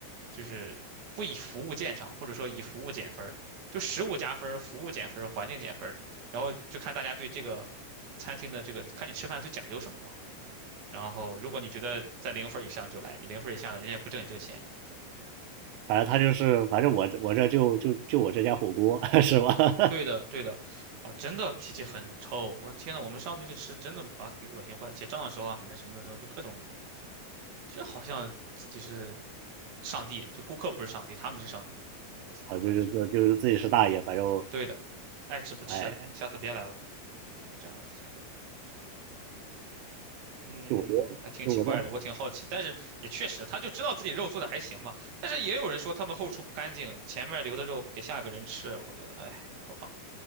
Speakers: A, on the right (about 65°); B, on the right (about 80°).
A: 就是不以服务见长，或者说以服务减分儿，就食物加分儿，服务减分儿，环境减分儿，然后就看大家对这个餐厅的这个，看你吃饭最讲究什么嘛。然后如果你觉得在零分儿以上就来，你零分儿以下呢，人家也不挣你这个钱。
B: 反正他就是，反正我这我这就就就我这家火锅 <laughs> 是吧？
A: 对的，
B: <laughs>
A: 对的，哦，真的脾气很臭。我天呐，我们上次去吃，真的把给恶心坏。结账的时候啊，反正什么的时候，就各种这好像自己是上帝，就顾客不是上帝，他们是上帝，就是类似这样的感觉。
B: 啊，就是就是自己是大爷，反正
A: 对的，爱吃不吃，
B: 哎，
A: 下次别来了，就是这样的性格。嗯，
B: 就我觉得，
A: 还挺奇怪的，
B: 就我在
A: 我挺好奇，但是也确实，他就知道自己肉做的还行吧。但是也有人说他们后厨不干净，前面留的肉给下一个人吃，我觉得，哎，好吧，